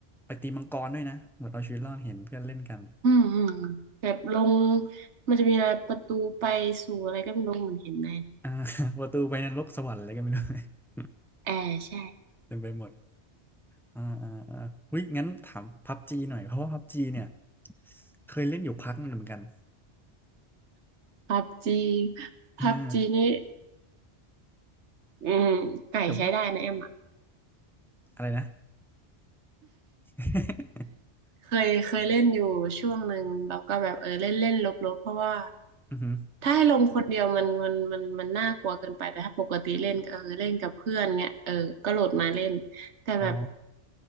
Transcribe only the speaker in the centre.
ไปตีมังกรด้วยนะเหมือนเอาชีวิตรอดเห็นเพื่อนเล่นกัน
อ่า <laughs> ประตูไปนรกสวรรค์อะไรก็ไม่รู้ <laughs>
เต็มไปหมดอ่าอ่าอ่าอุ้ยงั้นถามพับจีหน่อย เพราะว่าพับจีเนี่ยเคยเล่นอยู่พักหนึงเหมือนกัน
เออ
แต่ว่า
อะไรนะ <laughs>
อือหือ
อ๋อ